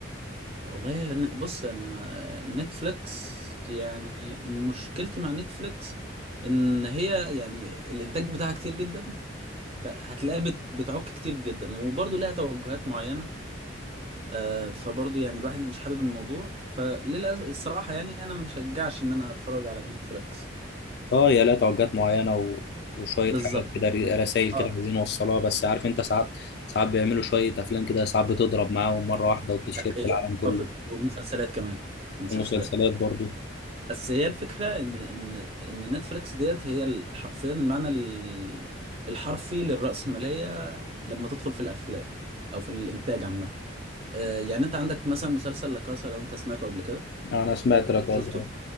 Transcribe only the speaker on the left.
اه يا لا توجهات معينه و... وشويه
حاجات كده رسائل كده
عايزين نوصلها بس عارف انت ساعات ساعات بيعملوا شويه افلام كده ساعات بتضرب معاهم مره واحده وبتتشهر
في العالم كله
ومسلسلات برضو
انا سمعت لك قصدي